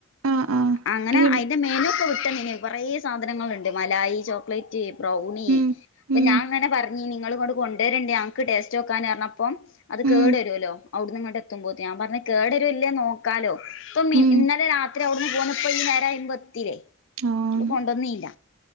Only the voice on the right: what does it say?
ആഹ് ആഹ്
ഈ
ഉം
ഉം
ഉം
ഉം
ആന്ന്